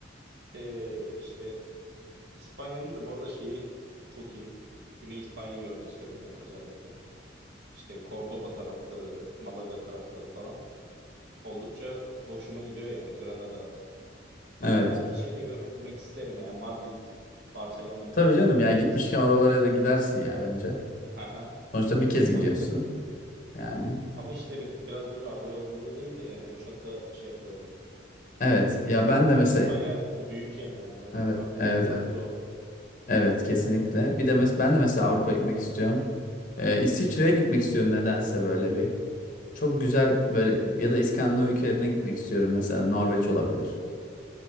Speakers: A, on the right; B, on the left.
A: Ee, işte İspanya'nın da bu arada şeyi çok iyi. Güney İspanya'yı görmek istiyorum yani özellikle. İşte Cordoba tarafları, Malaga tarafları falan. Oldukça hoşuma gidiyor yani Granada. Ama
B: Evet.
A: belki şey de görmek isterim yani Madrid, Barcelona bu
B: Tabii
A: tarafları
B: canım
A: da
B: ya
A: görmek
B: gitmişken
A: isterim.
B: oralara da gidersin ya bence.
A: Haha.
B: Sonuçta bir kez gidiyorsun
A: O yüzden
B: yani.
A: ama işte bir, biraz böyle araba yolculuğu değil de yani uçakla şey yapılabilir.
B: Evet
A: Çünkü
B: ya ben de
A: İspanya
B: mesela
A: büyük yani hani öyle
B: evet
A: araba
B: evet
A: yolculuğu
B: evet,
A: zor.
B: evet kesinlikle. Bir de mes ben de mesela Avrupa gitmek istiyorum. Ee, İsviçre'ye
A: Hı hı.
B: gitmek istiyorum nedense böyle bir. Çok güzel böyle ya da İskandinav ülkelerine gitmek istiyorum. Mesela Norveç olabilir.